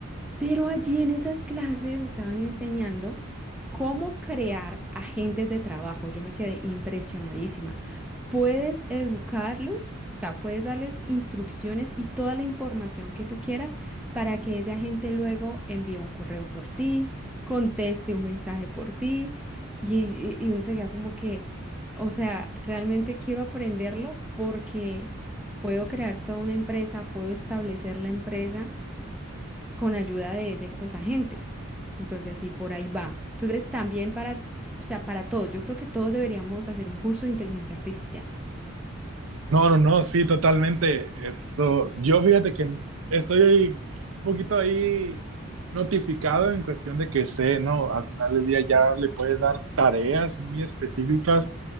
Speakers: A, in the centre; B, on the right (about 70°).
A: Pero allí en esas clases estaban enseñando cómo crear agentes de trabajo. Yo me quedé impresionadísima. Puedes educarlos, o sea, puedes darles instrucciones y toda la información que tú quieras para que ese agente luego envíe un correo por ti, conteste un mensaje por ti y, y- y uno se queda como que, o sea, realmente quiero aprenderlo porque puedo crear toda una empresa, puedo establecer la empresa con ayuda de, de estos agentes. Entonces, sí, por ahí va. Entonces, también para, o sea, para todos, yo creo que todos deberíamos hacer un curso de inteligencia artificial.
B: No, no, no, sí, totalmente. Esto, yo fíjate que estoy un poquito ahí notificado en cuestión de que sé, ¿no? Al final del día ya le puedes dar tareas muy específicas